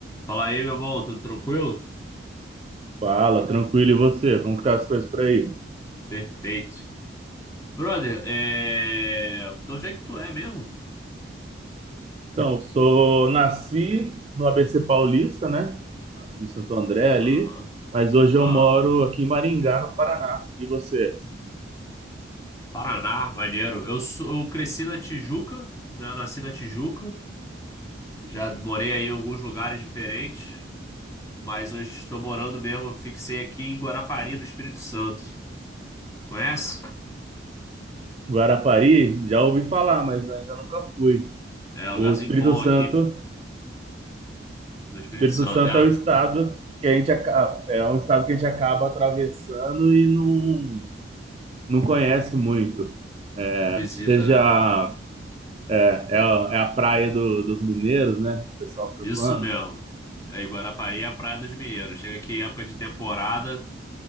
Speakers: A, on the left; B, on the right.
A: Fala aí, meu bom, tudo tranquilo?
B: Fala, tranquilo, e você? Como que tá as coisas por aí?
A: Perfeito. Brother, é... de onde é que tu é mesmo?
B: Então, sou, nasci no ABC Paulista, né? Em Santo André ali,
A: Aham.
B: mas hoje
A: Ah,
B: eu moro aqui em Maringá, no Paraná. E você?
A: Paraná, maneiro. Eu, sou... eu cresci na Tijuca, né? Nasci na Tijuca. Já morei aí em alguns lugares diferentes, mas hoje estou morando mesmo. Eu fixei aqui em Guarapari, no Espírito Santo. Conhece?
B: Guarapari, já ouvi falar, mas ainda nunca fui.
A: É um
B: O
A: lugarzinho
B: Espírito
A: bom
B: Santo,
A: aqui no Espírito
B: Espírito
A: Santo,
B: Santo
A: é?
B: é o estado que a gente acaba, é um estado que a gente acaba atravessando e não, não conhece muito. É,
A: Visita,
B: seja
A: né?
B: é é a, é a praia do- dos mineiros, né? O pessoal fica
A: Isso
B: zoando.
A: mesmo. É, e Guarapari é a Praia dos Mineiros. Chega aqui em época de temporada.